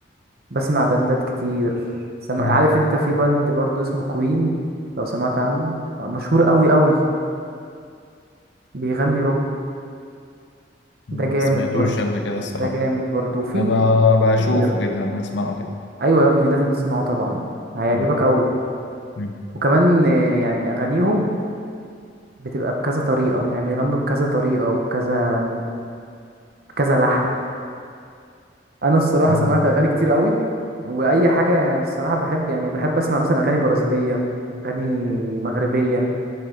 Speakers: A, on the right; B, on the left.
A: بسمع بندات كتير سمع
B: مم.
A: عارف انت في بند برضو اسمه كوين لو سمعت عنه مشهور قوي قوي بيغني روك
B: ما
A: ده جامد
B: سمعتوش
A: برضو
B: قبل كده الصراحة
A: ده جامد برضو وفي
B: أنا ب- بشوفه
A: كتير
B: كده بسمعه كده
A: ايوه يا ابني لازم تسمعه طبعا هيعجبك
B: مم.
A: قوي
B: مم.
A: وكمان آه، يعني اغانيهم بتبقى بكذا طريقة يعني بيغنوا بكذا طريقة وبكذا كذا لحن انا الصراحه
B: مم.
A: سمعت اغاني كتير قوي واي حاجه الصراحه بحب يعني بحب اسمع مثلا اغاني برازيليه اغاني مغربيه